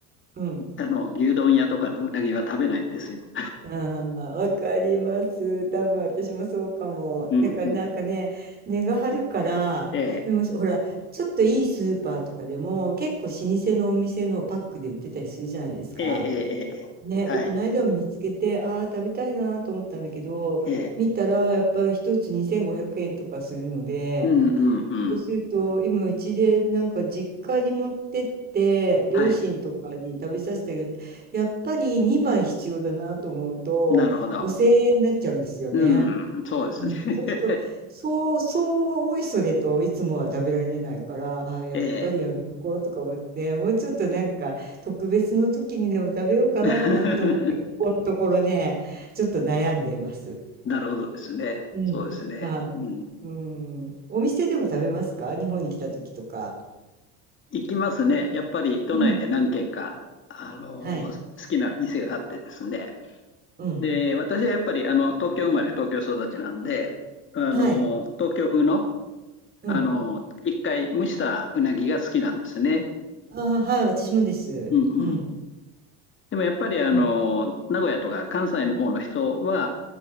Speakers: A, on the right; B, on the left.
A: うん。
B: あの、牛丼屋とかのうなぎは食べないんですよ。
A: ああ、わかります。多分私もそうかも。
B: うんうん。
A: だからなんかね、値が張るから、
B: ええ、
A: でもほら、ちょっといいスーパーとかでも結構老舗のお店のパックで売ってたりするじゃないですか。
B: ええ、ええ、ええはい。
A: ね、で、この間も見つけて、ああ、食べたいなと思ったんだけど、
B: ええ、
A: 見たらやっぱり一つ2500円とかするので、
B: うんうんうん。
A: そうすると、今うちでなんか実家に持ってって、両親とかに食べさせてあげる。
B: はい。
A: やっぱり2枚必要だなと思うと、
B: なるほど。
A: 5000円になっちゃうんですよね。
B: うん、そうですね。
A: うん、
B: <laughs>
A: そうすると、そう、そう、おいそれといつもは食べられないから、あ、やっぱりやめとこうとか思って、
B: ええ。
A: もうちょっとなんか特別の時にでも食べようかななんて思って、
B: <laughs>
A: ここのところね、ちょっと悩んでます。
B: なるほどですね。
A: うん。
B: そうですね。
A: はい。
B: うん。
A: うん。お店でも食べますか？日本に来た時とか。
B: 行きますね。やっぱり都内で何軒か、
A: うん。
B: あの、
A: はい。
B: 好きな店があってですね。
A: うん。
B: で、私はやっぱり、あの、東京生まれ、東京育ちなんで、あの、
A: はい。
B: 東京風の、
A: うん。
B: あの、一回蒸したうなぎが好きなんですね。
A: ああ、はい、私もです。
B: うんうん。
A: うん。
B: でもやっぱり、あの、
A: うん。
B: 名古屋とか関西の方の人は、